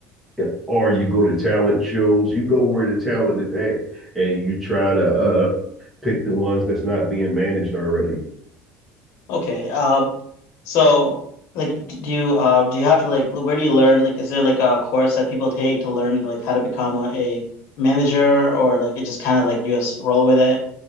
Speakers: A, in the centre; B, on the left.
A: yeah. Or you go to talent shows, you go where the talent is at, and you try to uh pick the ones that's not being managed already.
B: Okay. Um, so like, d- do you uh do you have to like where do you learn? Like, is there like a course that people take to learn like how to become a, a manager, or like it just kind of like you just roll with it?